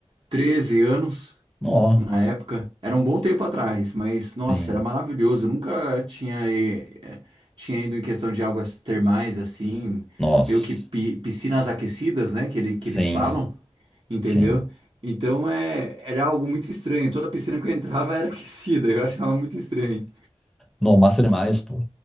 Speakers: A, on the right; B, in the centre.
A: 13 anos.
B: ó,
A: Na época, era um bom tempo atrás, mas nossa,
B: sim.
A: era maravilhoso. Eu nunca tinha, e- é, tinha ido em questão de águas termais assim,
B: Nossa,
A: meio que pi- piscinas aquecidas, né? Que, ele, que
B: sim,
A: eles falam, entendeu?
B: sim.
A: Então é, era algo muito estranho. Toda piscina que eu entrava era <laughs> aquecida, eu achava muito estranho.
B: Não, massa demais, pô.